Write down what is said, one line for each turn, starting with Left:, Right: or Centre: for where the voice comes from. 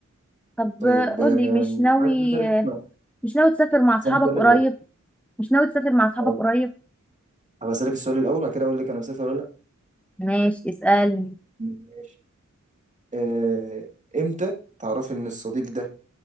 Centre: طب
Right: طيب
Centre: آه، قولي
Right: آه،
Centre: مش ناوي
Right: عايز اسالك
Centre: آه،
Right: سؤال
Centre: مش ناوي تسافر مع اصحابك
Right: اسالك سؤال
Centre: قريب
Right: الاول
Centre: مش ناوي تسافر مع اصحابك
Right: آه،
Centre: قريب
Right: هبقى اسالك السؤال الاول وبعد كده اقول لك انا مسافر ولا لا
Centre: ماشي اسألني
Right: ماشي آه، امتى تعرفي ان الصديق ده